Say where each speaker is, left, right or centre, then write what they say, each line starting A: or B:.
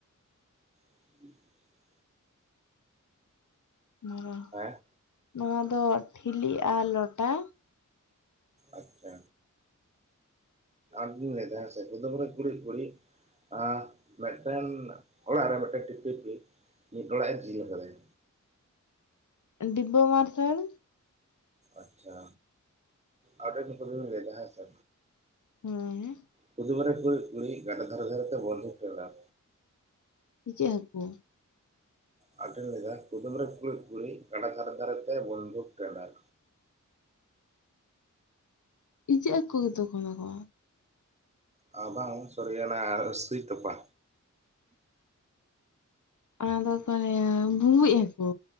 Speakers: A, on the right; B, on the left.
A: <inaudible>
B: ᱱᱚᱣᱟ ᱫᱚ
A: ᱦᱮᱸ
B: ᱱᱚᱣᱟ ᱫᱚ ᱴᱷᱤᱞᱤᱜ ᱟᱨ ᱞᱚᱴᱟ᱾
A: ᱟᱪᱪᱷᱟ, ᱤᱧ ᱞᱟᱹᱭ ᱮᱫᱟ ᱠᱩᱫᱩᱢ ᱨᱮ ᱠᱩᱬᱤᱫ ᱠᱩᱬᱤᱫ, ᱟᱜ ᱢᱤᱫᱴᱮᱱ ᱚᱲᱟᱜ ᱨᱮ ᱢᱤᱫᱴᱮᱱ ᱴᱤᱯᱤᱯᱤ ᱢᱤᱫ ᱚᱲᱟᱜ ᱮ ᱡᱤᱞ ᱟᱠᱟᱫᱟᱭ?
B: ᱰᱤᱵᱟᱹ ᱢᱟᱨᱥᱟᱞ᱾
A: ᱟᱪᱪᱷᱟ ᱟᱨ ᱢᱤᱫᱴᱮᱱ ᱠᱩᱫᱩᱢ ᱤᱧ ᱞᱟᱹᱭ ᱮᱫᱟ ᱦᱮᱸᱥᱮ?
B: ᱦᱮ
A: ᱠᱩᱫᱩᱢ ᱨᱮ ᱠᱩᱬᱤᱫ ᱠᱩᱬᱤᱫ ᱜᱟᱰᱟ ᱫᱷᱟᱨᱮ ᱫᱷᱟᱨᱮ ᱛᱮ ᱵᱚᱱᱫᱩᱠ ᱴᱮᱸᱱᱰᱟᱨ?
B: ᱤᱪᱷᱟᱹᱜ ᱦᱟᱠᱳ᱾
A: ᱟᱨ ᱢᱤᱫᱴᱮᱱ ᱞᱟᱹᱭ ᱮᱫᱟ ᱠᱩᱫᱩᱢ ᱨᱮ ᱠᱩᱬᱤᱫ ᱠᱩᱬᱤᱫ ᱜᱟᱰᱟ ᱫᱷᱟᱨᱮ ᱫᱷᱟᱨᱮ ᱛᱮ ᱵᱚᱱᱫᱩᱠ ᱴᱮᱸᱱᱰᱟᱨ?
B: ᱤᱪᱷᱟᱹᱜ ᱦᱟᱠᱳ ᱜᱮᱛᱚ ᱠᱟᱱᱟ ᱠᱚ᱾
A: ᱟᱨ ᱵᱟᱝ ᱥᱚᱨᱤ ᱥᱩᱭ ᱛᱚᱯᱟ?
B: ᱚᱱᱟ ᱫᱚ ᱛᱟᱦᱚᱞᱮ ᱵᱩᱵᱩᱝ ᱦᱟᱠᱳ᱾